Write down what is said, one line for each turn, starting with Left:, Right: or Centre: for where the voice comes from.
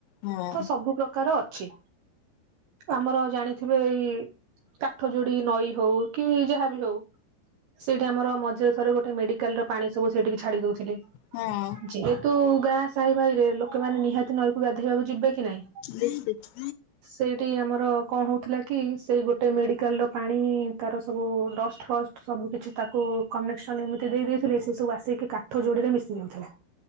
Left: ହୁଁ
Right: ତ ସବୁ ପ୍ରକାର ଅଛି। ଆମର ଜାଣିଥିବେ ଏଇ କାଠ ଯୋଡି ନଈ ହଉ କି ଯାହାବି ହଉ ସେଇଠି ଆମ ମଝିରେ ଥରେ ଗୋଟେ ମେଡ଼ିକାଲ ର ପାଣି ସବୁ ସେଇଠିକି ଛାଡି ଦଉଛି।
Left: ହୁଁ
Right: ଯେହେତୁ ଗାଁ ସାହି ଭାଇ ରେ ଲୋକମାନେ ନିହାତି ନଈକୁ ଗାଧୋଇବାକୁ ଯିବେ। ହଁ କି ନାଇଁ
Left: ନିଶ୍ଚିତ
Right: ସେଇଠି ଆମର କଣ ହଉଥିଲା କି ସେଇ ଗୋଟେ ଗୋଟେ ମେଡ଼ିକାଲ ର ପାଣି ତାର ସବୁ ଡଷ୍ଟ ଫଷ୍ଟ ସବୁ କିଛି ତାକୁ କନେକ୍ସନ ଏମିତି ଦେଇ ଦେଇ ଥିଲେ ସେ ସବୁ ଆସେଇକି କାଠ ଯୋଡ଼ିରେ ମିଶି ଯାଉଥିଲା।